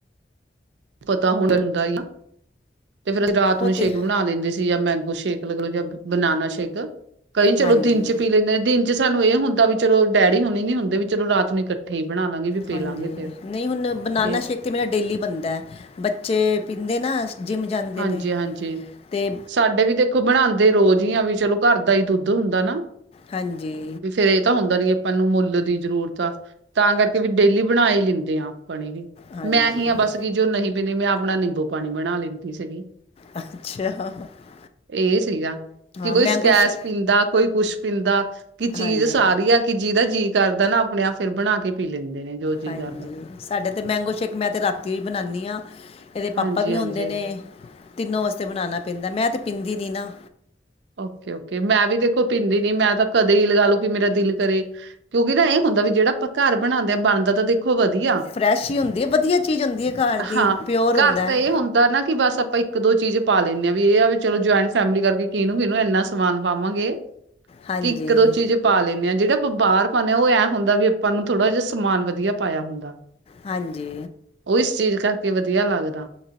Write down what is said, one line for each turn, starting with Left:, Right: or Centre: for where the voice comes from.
Right: ਪਤਾ ਹਣ ਹੁੰਦਾ ਹੀ ਤੇ ਫਿਰ ਰਾਤ
Left: ਉਹ
Right: ਨੂੰ ਸ਼ੇਕ
Left: ਤੇ
Right: ਬਣਾ ਲੈਂਦੇ ਸੀ। ਜਾਂ ਮੈਂਗੋ ਸ਼ੇਕ ਜਾਂ ਬਨਾਨਾ ਸ਼ੇਕ ਕਈ ਚਲੋ
Left: ਹਾਂਜੀ
Right: ਦਿਨ ਚ ਪੀ ਲੈਂਦੇ ਦਿਨ ਜੇ ਸਾਨੂੰ ਇਹ ਹੁੰਦਾ ਵੀ ਚਲੋ ਡੈਡੀ ਹੁਣੇ ਨੀ ਹੁੰਦੇ ਵੀ ਚਲੋ ਰਾਤ ਨੂੰ ਇਕੱਠੇ ਹੀ ਬਣਾ ਲਾਂਗੇ ਵੀ ਪੀ
Left: ਹਾਂਜੀ
Right: ਲਾਂਗੇ ਫਿਰ
Left: ਨਹੀਂ ਹੁਣ ਬਨਾਨਾ
Right: ਇਹ
Left: ਸ਼ੇਕ ਤੇ ਮੇਰਾ ਡੇਲੀ ਬੰਦਾ ਬੱਚੇ ਪੀਂਦੇ ਨਾ ਜਿੰਮ ਜਾਂਦੇ
Right: ਹਾਂਜੀ-ਹਾਂਜੀ।
Left: ਨੇ ਤੇ
Right: ਸਾਡੇ ਵੀ ਦੇਖੋ ਬਣਾਉਦੇ ਰੋਜ਼ ਹੀ ਆ, ਵੀ ਚਲੋ ਘਰ ਦਾ ਹੀ ਦੁੱਧ ਹੁੰਦਾ ਨਾ।
Left: ਹਾਂਜੀ
Right: ਵੀ ਫੇਰ ਇਹ ਤਾਂ ਹੁੰਦਾ ਨੀ ਹੈ। ਆਪਾਂ ਨੂੰ ਮੁੱਲ ਦੀ ਜ਼ਰੂਰਤ ਆ, ਤਾਂ ਕਰਕੇ ਵੀ ਡੇਲੀ ਬਣਾ ਹੀ ਲੈਂਦੇ ਆ ਆਪਣੀ।
Left: ਹਾਂਜੀ
Right: ਮੈਂ ਹੀ ਹਾਂ ਬਸ ਕੀ ਜੋ ਨਹੀਂ ਪੀਂਦੀ, ਮੈਂ ਆਪਣਾ ਨਿੰਬੂ ਪਾਣੀ ਬਣਾ ਲੈਂਦੀ ਸੀਗੀ।
Left: ਅੱਛਾ ਹਾਂ
Right: ਇਹ ਸੀਗਾ ਕਿ ਕੋਈ
Left: ਮੈਂਗੋ
Right: ਸਕੈਸ
Left: ਸ਼ੇ
Right: ਪੀਂਦਾ, ਕੋਈ ਕੁਛ ਪੀਂਦਾ, ਕਿ ਚੀਜ਼
Left: ਹਾਂਜੀ
Right: ਸਾਰੀ ਆ ਕਿ ਜਿਹਦਾ ਜੀਅ ਕਰਦਾ ਨਾ ਆਪਣੇ ਆਪ ਫੇਰ ਬਣਾ ਕੇ ਪੀ ਲੈਂਦੇ ਨੇ। ਜੋ ਜੀਅ
Left: ਹਾਂਜੀ
Right: ਕਰਦਾ
Left: ਸਾਡੇ ਤਾਂ ਮੈਂਗੋ ਸ਼ੇਕ ਮੈਂ ਤਾਂ ਰਾਤੀ ਹੀ ਬਣਾਉਂਦੀ ਹਾਂ। ਇਹਦੇ
Right: ਹਾਂਜੀ
Left: ਪਾਪਾ ਵੀ
Right: ਹਾਂਜੀ
Left: ਹੁੰਦੇ ਨੇ ਤਿੰਨੋਂ ਵਾਸਤੇ ਬਣਾਉਣਾ ਪੈਂਦਾ, ਮੈਂ ਤਾਂ ਪੀਂਦੀ ਨਹੀਂ ਨਾ।
Right: ਓਕੇ- ਓਕੇ ਮੈਂ ਵੀ ਦੇਖੋ ਪੀਂਦੀ ਨੀ, ਮੈਂ ਤਾਂ ਕਦੇ ਹੀ ਲਗਾ ਲਓ ਕਿ ਮੇਰਾ ਦਿਲ ਕਰੇ। ਕਿਉਂਕਿ ਤਾਂ ਇਹ ਹੁੰਦਾ ਵੀ ਜਿਹੜਾ ਆਪਾਂ ਘਰ ਬਣਾਉਂਦੇ ਬਣਦਾ ਤਾਂ ਦੇਖ ਖੋ ਵਧੀਆ
Left: ਫਰੈਸ਼ ਹੀ ਹੁੰਦੀ ਹੈ ਵਧੀਆ ਚੀਜ਼ ਹੁੰਦੀ ਹੈ ਘਰ ਦੀ
Right: ਹਾਂ
Left: ਪਿਓਰ ਹੁੰਦਾ
Right: ਘਰ ਤਾਂ
Left: ਹੈ।
Right: ਇਹ ਹੁੰਦਾ ਨਾ ਕਿ ਬਸ ਆਪਾਂ। ਇੱਕ- ਦੋ ਚੀਜ਼ ਪਾ ਲੈਂਦੇ ਹਾ, ਵੀ ਇਹ ਆ ਵੀ ਚਲੋ ਜੁਆਇੰਟ ਫੈਮਿਲੀ ਕਰਕੇ ਕਿਹਨੂੰ- ਕਿਹਨੂੰ ਇੰਨਾ ਸਮਾਨ ਪਾਵਾਂਗੇ।
Left: ਹਾਂਜੀ
Right: ਇੱਕ- ਦੋ ਚੀਜ਼। ਪਾ ਲੈਂਦੇ ਆ, ਜਿਹੜਾ ਆਪਾਂ ਬਾਹਰ ਪਾਉਦੇ ਹਾਂ ਉਹਂ ਹੁੰਦਾ ਵੀ ਆਪਾਂ ਨੂੰ ਥੋੜਾ ਜਿਹਾ ਸਮਾਨ ਵਧੀਆ ਪਾਇਆ ਹੁੰਦਾ।
Left: ਹਾਂਜੀ।
Right: ਉਹ ਇਸ ਚੀਜ਼ ਕਰਕੇ ਵਧੀਆ ਲੱਗਦਾ।